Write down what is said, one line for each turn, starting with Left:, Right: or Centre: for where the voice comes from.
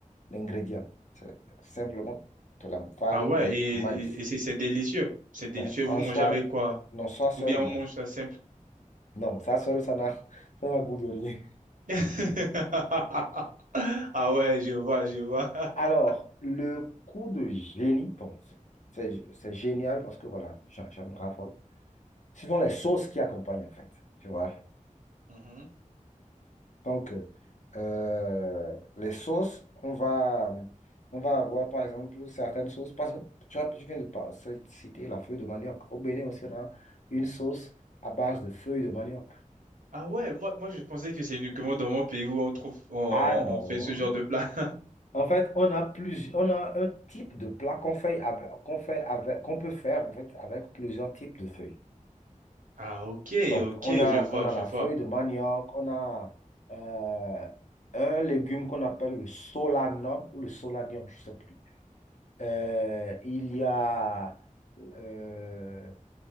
Left: ingrédient. C'est simplement de la farine
Right: Ah ouais,
Left: de
Right: et,
Left: maïs.
Right: et- et c'est c'est délicieux. C'est délicieux.
Left: Donc,
Right: Vous
Left: en
Right: mangez
Left: soi,
Right: avec quoi?
Left: non, soi seul,
Right: Ou bien on
Left: non.
Right: mange ça simple?
Left: Non, ça seul, ça n'a, <laughs> ça n'a goût de rien.
Right: <laughs> Ah ouais, je vois, je vois. <laughs>
Left: Alors, le coup de génie, bon, c'est c'est- c'est génial parce que voilà, j'en j'en raffole. Ce sont les sauces qui accompagnent en fait, tu vois.
Right: Mhm.
Left: Donc, euh, les sauces, on va, on va avoir par exemple certaines sauces. Par exemple, tu as- tu viens de par- citer la feuille de manioc. Au Bénin aussi, on a une sauce à base de feuilles de manioc.
Right: Ah ouais, moi, moi je pensais que c'est uniquement dans mon pays où on trouve, on, on-
Left: Ah non.
Right: on fait ce genre de plat. <laughs>
Left: En fait, on a plusieurs, on a un type de plat qu'on fait avec, qu'on fait avec, qu'on peut faire en fait avec plusieurs types de feuilles.
Right: Ah ok,
Left: Donc,
Right: ok,
Left: on a,
Right: je vois,
Left: on a
Right: je
Left: la
Right: vois.
Left: feuille de manioc, on a euh, un légume qu'on appelle le solanum ou le solanium, je ne sais plus. Euh, il y a, euh,